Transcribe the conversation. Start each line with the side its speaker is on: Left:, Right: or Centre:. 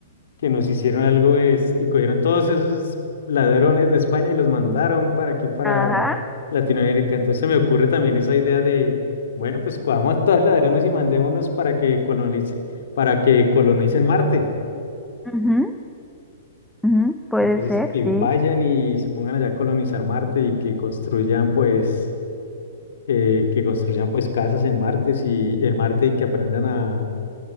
Left: que nos hicieron algo es, y cogieron todos esos ladrones de España y los mandaron para aquí, para
Centre: Ajá.
Left: Latinoamérica. Entonces se me ocurre también esa idea de, bueno, pues cojamos a todos los ladrones y mandémoslos para que colonice, para que colonicen Marte.
Centre: ujú, ujú, puede
Left: Entonces,
Centre: ser,
Left: que
Centre: sí.
Left: vayan y se pongan allá a colonizar Marte y que construyan, pues, eh, que construyan, pues, casas en Marte y en Marte y que aprendan a,